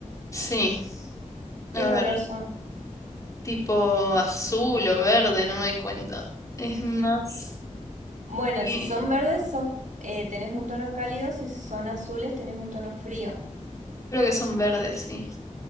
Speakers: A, on the left; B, on the right.
A: Sí, a
B: ¿Qué color
A: ver.
B: son?
A: tipo azul o verde, no me doy cuenta. Es más,
B: Bueno,
A: eh,
B: si son verdes, sos- eh, tenés un tono cálido, si son azules, tenés un tono frío.
A: creo que son verdes, sí.